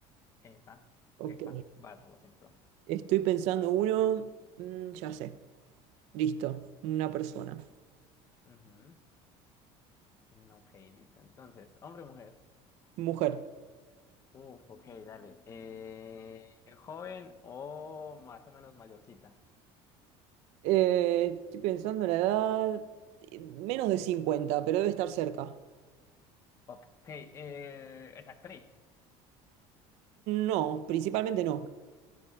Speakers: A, on the left; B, on the right.
A: Epa,
B: Ok,
A: epa, vas vos entonces.
B: estoy pensando uno. mm, ya sé. Listo, una persona.
A: Ujú. Mm, Ok, listo. Entonces, hombre o mujer.
B: Mujer.
A: Uf, ok, dale. Eh, ¿joven o más o menos mayorcita?
B: Eh, estoy pensando en la edad. eh, Menos de 50 pero debe estar cerca.
A: Ok, eh, es actriz.
B: No, principalmente no.